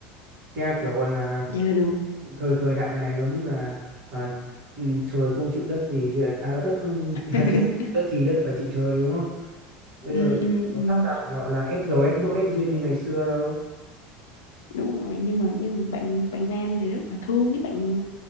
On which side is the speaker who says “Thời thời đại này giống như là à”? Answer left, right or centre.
Right